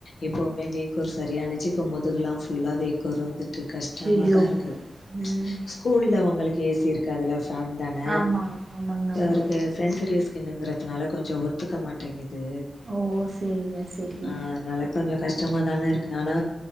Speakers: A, on the left (about 70°); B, on the right (about 50°).
A: இப்பவுமே வேக்கூர் சரியானுச்சி இப்ப முதுகுலா ஃபுல்லா வேக்கூர் வந்து ட்டு கஷ்டமா
B: ஐயயோ
A: தா இருக்கு
B: ம்
A: ஸ்கூல்ல அவுங்களுக்கு ஏசி இருக்குதுல்ல ஃபேன் தான
B: ஆமா ஆமாங்க
A: இவருக்கு
B: ஆமா
A: சென்சிவ்ட்டிவ் ஸ்கின்ங்குறதுனால கொஞ்சோ ஒத் துக்க மாட்டேங்கிது
B: ஓ செரிங்க செரிங்க
A: ஆ அதனால கொஞ்சோ கஷ்டமா தாங்க இருக்கு ஆனா